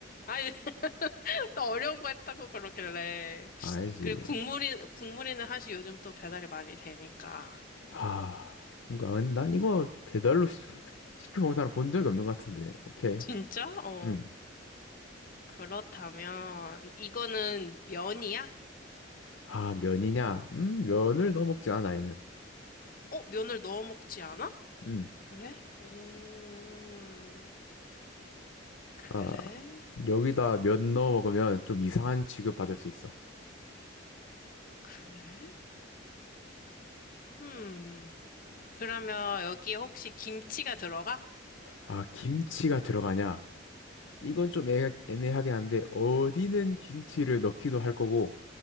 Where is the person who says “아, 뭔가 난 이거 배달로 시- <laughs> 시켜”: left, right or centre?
Left